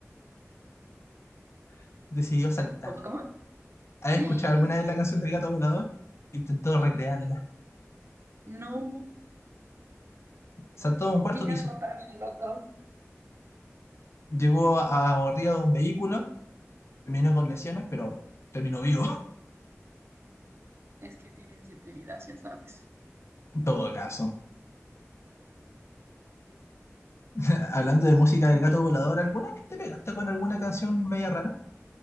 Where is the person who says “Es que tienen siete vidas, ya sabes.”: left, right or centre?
Right